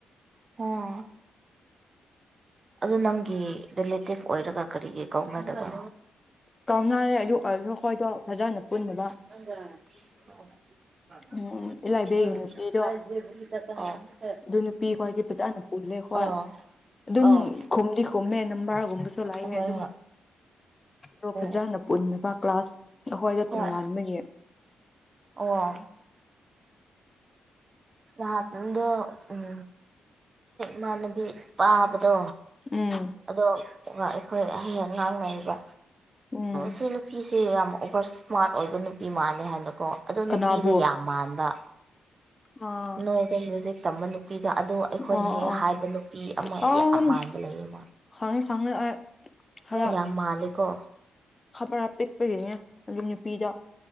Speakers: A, on the right; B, on the left.
A: ꯑ‌ꯣ ꯑꯗꯨ ꯅꯪꯒꯤ ꯔꯤꯂꯦꯇꯤꯞ ꯑꯣꯏꯔꯒ ꯀꯔꯤꯒꯤ ꯀꯧꯅꯗꯕꯅꯣ
B: ꯀꯥꯎꯅꯔꯦ ꯑꯗꯨ ꯑꯣꯏꯔꯁꯨ ꯑꯩꯈꯣꯏꯗꯣ ꯐꯖꯅ ꯄꯨꯟꯅꯕ
A: <unintelligible>
B: ꯎꯝ ꯏꯂꯥꯏꯕꯦꯒꯤ ꯅꯨꯄꯤꯗꯣ ꯑꯗꯨ ꯅꯨꯄꯤ ꯍꯣꯏꯒꯤ ꯐꯖꯥꯅ ꯄꯨꯜꯂꯦ ꯍꯣꯏ
A: ꯑꯣ
B: ꯑꯗꯨ
A: ꯑꯣ
B: ꯑꯗꯨꯝ
A: ꯑꯣ
B: ꯈꯨꯝꯗꯤ ꯈꯨꯝꯃꯦ ꯅꯕꯥꯔꯒꯨꯝꯕꯁꯨ ꯂꯥꯛꯑꯦ
A: ꯍꯣꯏ
B: ꯑꯗꯨꯝ ꯑꯣ
A: ꯍꯣꯏ
B: ꯐꯖꯅ ꯄꯨꯟꯅꯕ ꯀ꯭ꯂꯥꯁ ꯑꯩꯈꯣꯏꯗ ꯇꯣꯉꯥꯟꯕꯒꯤ
A: ꯑꯣ ꯍꯣꯏ ꯑꯣ ꯗ ꯎꯝ ꯃꯅꯕꯤ ꯄꯥ ꯑꯗꯣ
B: ꯎꯝ
A: ꯑꯗꯣ ꯑꯩꯈꯣꯏ ꯍꯦꯛ ꯉꯥꯡꯅꯔꯤꯕ
B: ꯎꯝ
A: ꯁꯤ ꯅꯨꯄꯤꯁꯤ ꯌꯥꯝ ꯑꯣꯚꯔ ꯏꯁꯃꯥꯔꯠ ꯑꯣꯏꯕ ꯅꯨꯄꯤ ꯃꯥꯜꯅꯦ ꯍꯥꯏꯅ ꯀꯣ ꯑꯗꯨ ꯅꯨꯄꯤꯗꯨꯣ
B: ꯀꯅꯥꯕꯨ
A: ꯌꯥꯝ ꯃꯥꯟꯕ
B: ꯑꯥ
A: ꯅꯣꯏꯗ ꯃ꯭ꯨꯁꯤꯛ ꯇꯝꯕ ꯂ ꯅꯨꯄꯤꯗꯣ ꯑꯗ ꯑꯩꯈꯣꯏꯅ
B: ꯑꯣ
A: ꯍꯦꯛ
B: ꯑꯣ
A: ꯍꯥꯏꯕ ꯅꯨꯄꯤ ꯑꯃ
B: ꯑꯣ
A: ꯌꯥꯝ
B: ꯑꯝ
A: ꯃꯥꯟꯕ ꯂꯩꯌꯦꯅ
B: ꯈꯪꯉꯦ ꯈꯪꯉꯦ ꯑꯩ ꯈꯔ
A: ꯌꯥꯝ ꯃꯥꯂꯤꯒꯣ
B: ꯈꯕꯔ ꯄꯤꯛꯄꯒꯤꯅꯦ ꯑꯗꯨ ꯅꯨꯄꯤꯗꯣ